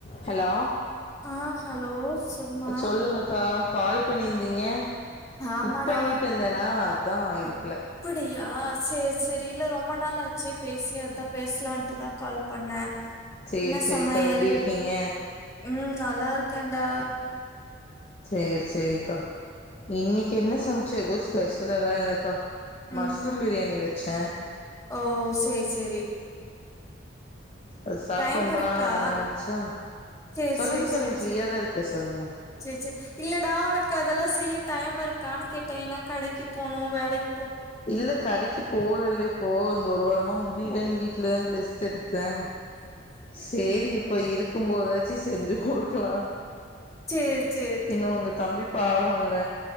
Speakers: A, on the left; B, on the left.
A: Hello
B: ஆ hello சொல்லுமா
A: சொல்லுங்கக்கா கால் பண்ணிருந்தீங்க
B: ஆமாடா
A: குக் பண்ணிட்டு இருந்தன்னா தான் இருக்
B: அப்படியா சேர் சரி இல்ல ரொம்ப நாளாச்சே பேசி அதுதான் பேசலான்ட்டுதான் கால் பண்ணே
A: சேரி
B: என்ன
A: சேரி
B: சமையல்
A: ப்ப எப்டி இருக்கீங்க
B: ம் நல்லா இருக்கேன்டா
A: சேரி சேரிக்கா இன்னைக்கு என்ன சமைச்ச எதோஸ் பெஷல் எல்ல இல்லக்கா
B: உம்
A: மஷ்ரூம்
B: ம்
A: பிரியாணி வச்சே
B: ஓ சேர் சேரி
A: அது சாப்ட்டு
B: டைம்
A: ரொம்ப
B: இருக்கா
A: நாள் ஆன மாரி இருந்துச்சா
B: சேர்ச்சேர்ச்
A: சொல்லுங்க சொல்லுங்க
B: சேர்ச்சேர்
A: ஃப்ரீயா தா இருக்கே சொல்லுங்க
B: சேரிச்சேர் இல்லடா உனக்கு அதெல்லாம் செய்ய டைம் இருக்கான்னு கிட்டே ஏன்னா கடைக்கு போணும் வேலைக்
A: இல்ல கடைக்கு போலல்ல போதும் ஒரு வாரமா முடிலன்னு
B: ஓ
A: வீட்டுல தான் ரெஸ்ட் எடுத்தன் சேரி இப்ப இருக்கும் போத வச்சி செஞ்சு கொடுக்கலாம்
B: சேரி சேரி
A: பின்னு உங்க தம்பி பாவன்ல